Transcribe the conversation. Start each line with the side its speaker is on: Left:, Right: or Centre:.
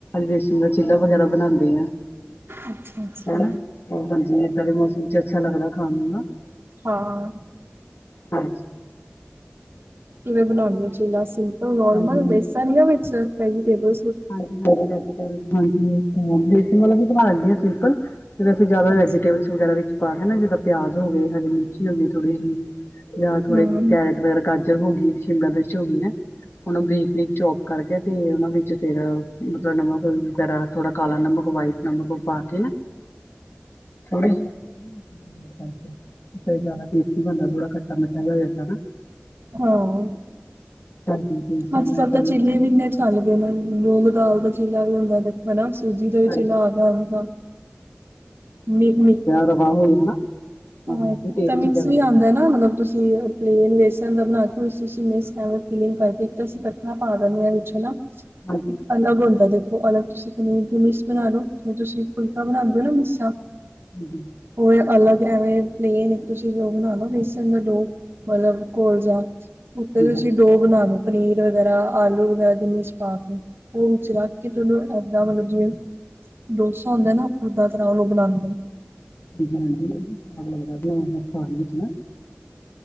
Left: ਬੇਸਨ ਦਾ ਚੀਲਾ ਵਗੈਰਾ ਬਨਾਂਦੀ ਆ
Right: ਅੱਛਾ-ਅੱਛਾ।
Left: ਹਨਾ। ਹਾਜੀ ਇਦਾਂ ਦੇ ਮੌਸਮ ਚ ਅੱਛਾ ਲੱਗਦਾ ਖਾਨ ਨੂੰ ਨਾ।
Right: ਹਾਂ।
Left: ਹਾਂਜੀ।
Right: ਕਿਵੇਂ ਬਣਾਉਂਦੇ ਔ ਚੀਲਾ ਸਿੰਪਲ, ਨੋਰਮਲ
Left: ਹਾਂਜੀ
Right: ਬੇਸਨ ਯਾ ਵਿੱਚ ਵੈਜੀਟੇਬਲ।
Left: ਹਾਂਜੀ-ਹਾਂਜੀ ਵੈਜੀਟੇਬਲ ਵੇਸਨ ਵਾਲਾ ਵੀ ਬਣਾ ਲੈਂਦੀ ਆ ਸਿੰਪਲ। ਫੇਰ ਅਸੀਂ ਜਾਦਾ
Right: ਅੱਛਾ-ਅੱਛਾ।
Left: ਵੈਜੀਟੇਬਲਸ ਵਗੈਰਾ ਵਿੱਚ ਪਾ ਕੇ ਨਾ ਜਿੱਦਾਂ ਪਿਆਜ ਹੋ ਗੇ, ਹਰੀ ਮਿਰਚੀ ਹੋ ਗੀ ਥੋੜ੍ਹੀ ਜੀ। ਯਾ ਥੋੜੇ
Right: ਹਾਂ।
Left: ਕੈਰਟ ਵਗੈਰਾ ਗਾਜਰ ਹੋ ਗੀ, ਸ਼ਿਮਲਾ ਮਿਰਚ ਹੋ ਗੀ। ਉਹੂੰ ਬਰੀਕ ਬਰੀਕ ਚੋਪ ਕਰਕੇ ਤੇ ਉਨੂ ਵਿੱਚ ਫੇਰ ਮਤਲਬ ਨਮਕ ਵਗੈਰਾ ਥੋੜਾ ਕਾਲਾ ਨਮਕ ਵਾਈਟ ਨਮਕ ਪਾ ਕੇ ਨਾ ਥੋੜੀ ਜੀ ਕਰਕੇ ਫੇਰ ਜਾਦਾ ਟੇਸਟੀ ਬਨਦਾ ਥੋੜਾ ਖੱਟਾ ਮਿੱਠਾ ਜਾ ਹੋ ਜਾਂਦਾ ਨਾ।
Right: ਹਾਂ
Left: ਹਾਂਜੀ ਟੇਸਟ ਆਉਂਦਾ
Right: ਅੱਜ ਕੱਲ
Left: ਹੈ
Right: ਤਾਂ
Left: ਹੀ।
Right: ਚੀਲੇ ਬੀਲੇ ਚੱਲ ਪੇ ਨੇ ਮੂੰਗੀਦਾਲ ਦਾ ਚੀਲਾ ਵੀ ਹੁੰਦਾ। ਹਨਾ ਸੂਜੀ ਦਾ ਵੀ
Left: ਹਾਂਜੀ
Right: ਚਿੱਲਾ
Left: ਹਾਂਜੀ
Right: ਆ <unintelligible> ਮ ਮੇ
Left: ਪ੍ਰਵਾਹ ਹੋਈ ਨਾ।
Right: ਹਾਂ ਇੱਕ
Left: ਵੀ ਟੇਸਟੀ
Right: ਤਾਂ ਮਿਕਸ
Left: ਲੱਗਦੇ
Right: ਵੀ ਆਂਦਾ
Left: ਨੇ
Right: ਨਾ ਮਤਲਬ ਤੁਸੀਂ ਪਲੇਨ ਵੇਸਨ ਦਾ ਬਨਾ ਕੇ ਮਿਕ ਫੀਲਿੰਗ ਕਰਕੇ ਇੱਕ ਤਾਂ ਅਸੀਂ ਕੱਠਾ ਪਾ ਦੇਨੇ ਆ ਵਿੱਚ ਹਨਾ।
Left: ਹਾਂਜੀ
Right: ਇੱਕ ਅਲੱਗ ਹੁੰਦਾ ਦੇਖੋ ਅਲੱਗ ਤੁਸੀਂ ਪਨੀਰ ਦੀ ਮੀਸ ਬਨਾ ਲੋ ਜ ਤੁਸੀਂ ਫੁਲਕਾ ਬਨਾਉਂਦੇ ਹੋ ਨਾ ਮੀਸਾ।
Left: ਹੂੰ।
Right: ਉਵੇ ਅਲੱਗ ਐਵੇਂ ਪਲੇਨ ਤੁਸੀਂ ਉਹ ਬਨਾ ਲੋ ਬੇਸਨ ਦਾ ਡੋ। ਮਲਬ ਘੋਲ ਜਾ ਇਕ ਤੇ
Left: ਹਾਂਜੀ
Right: ਤੁਸੀਂ ਡੋ ਬਨਾ ਲੋ। ਪਨੀਰ ਵਗੈਰਾ ਆਲੂ ਵਗੈਰਾ ਦੀ ਮੀਸ ਪਾ ਕੇ ਉਹ ਵਿੱਚ ਰੱਖ ਕੇ ਓਨੂ ਦਾ ਮਤਲਬ ਜਿਵੇਂ ਡੋਸਾ ਹੁੰਦਾ ਨਾ ਉਦਾ ਬਨਾਉ ਲੋ ਬਨਾਂਦੇ ਨੇ।
Left: ਬਜਾਰੀ <unintelligible> ਲਗਦਾ ਪਿਆ ਖਾਨ ਵਿੱਚ ਨਾ।